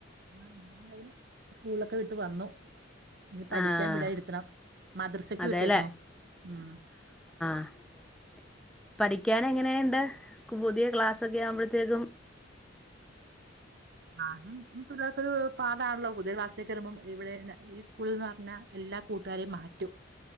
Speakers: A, on the right (about 60°); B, in the centre.
A: ആഹ ഞാൻ കയ്ഞ്ഞു സ്കൂളൊക്കെ വിട്ട് വന്നു ഇ പഠിക്കാൻ
B: ആഹ്
A: വിടിരുത്തണം മദ്രസക്ക്
B: അതേല്ലേ
A: വിട്ടേക്കണോ ഉം
B: <inaudible> പഠിക്കാന എങ്ങനെയുണ്ട് പുതിയ ക്ലാസൊക്കെ ആവുമ്പോഴത്തേക്കും
A: ആും പിക്കരു പാടാണല്ലോ പുതിയ ക്ലാസക്കെ എരുുമമ്പോം ഇവിടെ <unintelligible> സ്കൂൾ എന്ന് പറഞ്ഞാ എല്ലാ കൂട്ടുകാരെയും മാറ്റും